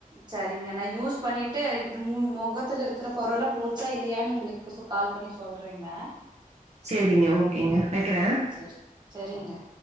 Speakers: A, on the right; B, on the right.
A: சரிங்க நான் யூஸ் பண்ணிட்டு இது முகத்துல இருக்கிற பரு எல்லாம் போச்சா இல்லையான்னு உங்களுக்கு கால் பண்ணி சொல்றேங்க
B: சரிங்க ஓகேங்க வக்கறே
A: ஆ செரி செரிங்க